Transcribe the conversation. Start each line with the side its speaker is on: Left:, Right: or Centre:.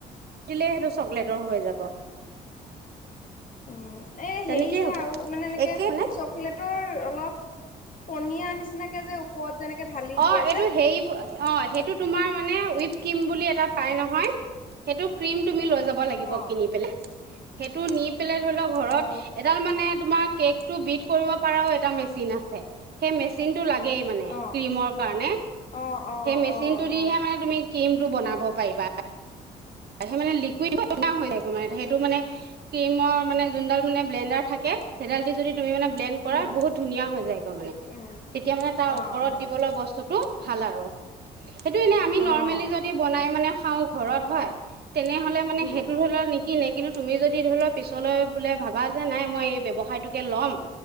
Right: দিলে সেইটো চকলেটৰ হৈ যাব।
Left: অ',। এ
Right: তেনেকেই
Left: হেৰি যে
Right: হ'ব
Left: আৰু মানে এনেকে
Right: একে মানে
Left: চকলেটৰ অলপ পনী নিচিনাকে যে পত যেনেকে ঢালি
Right: অ
Left: দিয়া
Right: এইটো
Left: যে
Right: হেৰি অ, সেইটো তুমাৰ মানে উইপ ক্ৰীম বুলি এটা পাই নহয়, সেইটো ক্ৰীম তুমি লৈ যাব লাগিব
Left: অ
Right: কিনি পেলাই। সেইটো নি ধৰি ল ঘৰত
Left: অ
Right: এডাল মানে তোমাক কেক টো বিট কৰিব পাৰাও এটা মেচিন আছে। সেই মেচিনটো লাগেই
Left: অ
Right: ক্ৰীমৰ কাৰণে।
Left: অ', অ',
Right: সেই মেচিনটো
Left: অ', অ',
Right: দিহে মানে তুমি ক্ৰীম বনাব পাৰিবা। মানে লিকুইড <unintelligible> সেইটো মানে, ক্ৰীমৰ মানে জোন ডাল মানে ব্লেণ্ডাৰ থাকে, সেইডাল দি যদি তুমি মানে ব্লেণ্ড
Left: উম,
Right: কৰা বহুত ধুনীয়া যায়গৈ মানে।
Left: উম,
Right: তেতিয়া মানে তাৰ
Left: অ',
Right: ওপৰত
Left: অ',
Right: দিবলৈ বস্তুটো ভাল আৰু। সেইটো ইনা আমি
Left: অ',
Right: নৰ্মেলি যদি বনাই মানে খাওঁ ঘৰত হয়। তেনেহ'লে মানে
Left: উম,
Right: সেইটো ধৰি'ল নি কিনে কিন্তু তুমি যদি ধৰি লোৱা পিছলৈ বোলে ভাবা যে নাই মই এই ব্যৱসায়টোকে ল'ম